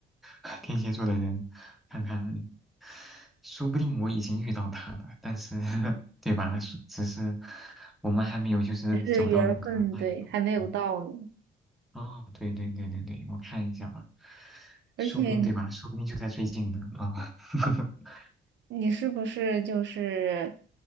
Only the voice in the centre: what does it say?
<laughs> 天蝎座的人，看看，说不定我已经遇到他了，但是 <laughs> 对吧？是只是我们还没有就是走到那个那一步。
嗯哦，对对对对对，我看一下吧，
说不定对吧？说不定就在最近呢啊，<laughs>